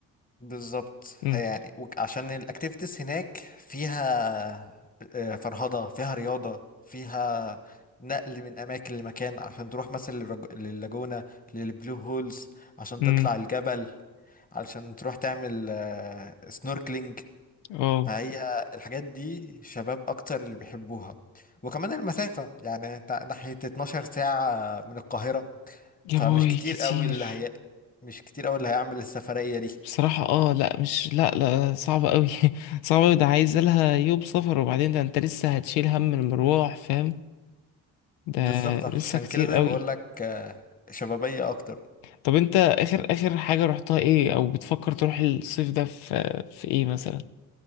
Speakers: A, on the left; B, on the left.
A: بالظبط
B: امم
A: هي يعني وك- عشان الأكتيفيتيز هناك فيها آه، فرهضة فيها رياضة فيها نقل من أماكن لمكان عشان تروح مثلا للرج- لللاجونة للبلو هولز عشان
B: امم
A: تطلع الجبل علشان تروح تعمل سنوركلينج
B: اه
A: فهي الحاجات دي شباب اكتر اللي بيحبوها وكمان المسافة يعني تا- ناحية 12 ساعة من القاهرة فمش
B: يا باي
A: كتير
B: كتير
A: قوي اللي هي مش كتير قوي اللي هيعمل السفرية دي
B: بصراحة اه لا مش لا لا صعبة قوي <laughs> صعبة قوي ده عايز لها يوم سفر وبعدين ده انت لسه هتشيل هم المروح فاهم ده
A: بالظبط عشان
B: لسه كتير
A: كده زي
B: قوي
A: ما بقول لك آه، شبابية اكتر
B: طب انت اخر اخر حاجة رحتها ايه او بتفكر تروح الصيف ده في في ايه مثلا